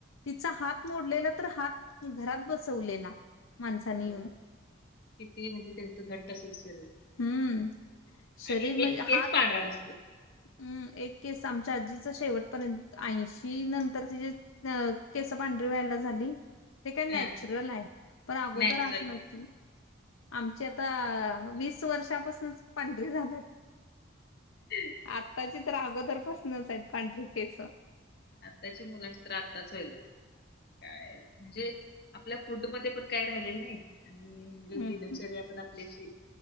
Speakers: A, on the left (about 85°); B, on the left (about 50°).
A: तिचा हात मोडलेला तर हात घरात बसवलेला. माणसानी
B: बघा
A: येऊन
B: किती म्हणजे त्यांच घट्ट असल शरीर
A: हम्म शरीर
B: आणि
A: म्हणजे
B: एक केस
A: हात
B: पांढरा नसतोय
A: हम्म एक केस आमच्या आजीचा शेवटपर्यंत आऐंशी कि नंतर तिजे अ केसं पांढरी व्हायला झाली ते काय नॅचरल
B: हा
A: हायं पण अगोदर
B: नॅचरल
A: अशी नव्हती आमची आता वीस वर्षापासूनच पांढरी झाल्यात
B: ह
A: आतांची तर अगोदरपासनच आहेत पांढरी केसं
B: आत्ताच्या मुलांची तर आत्ताच व्हायल्यात काय म्हणजे आपल्या फूड मध्ये पण काय राहिलेलं नाही आणि म्हणजे
A: हम्म
B: दिनचर्या
A: हम्म.
B: पण आपली अशी